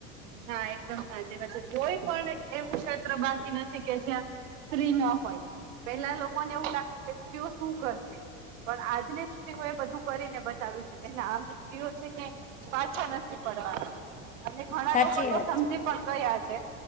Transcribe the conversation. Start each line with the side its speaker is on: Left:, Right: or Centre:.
Right: હા એકદમ સાચી વાત છે કોઈ પણ એવું ક્ષેત્ર બાકી નથી કે જ્યાં સ્ત્રી ના હોય પેલા લોકોને એવું લાગતું કે સ્ત્રીઓ શું કરશે પણ આજની સ્ત્રીઓ એ બધું કરીને બતાવ્યું છે કે આમ સ્ત્રીઓ છે કે પાછા નથી પડવા ના ઘણા
Left: સાચી
Right: લોકો તો
Left: વાત
Right: સમજી
Left: છે
Right: પણ ગયા છે